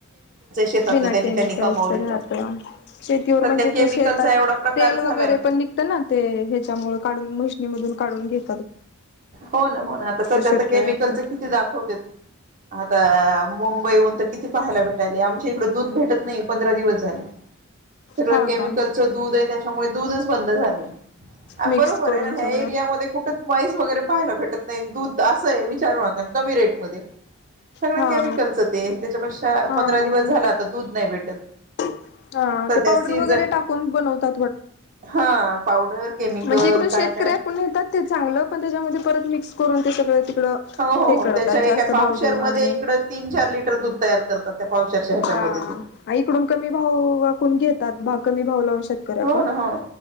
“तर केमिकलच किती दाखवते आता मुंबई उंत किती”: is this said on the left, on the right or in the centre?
Right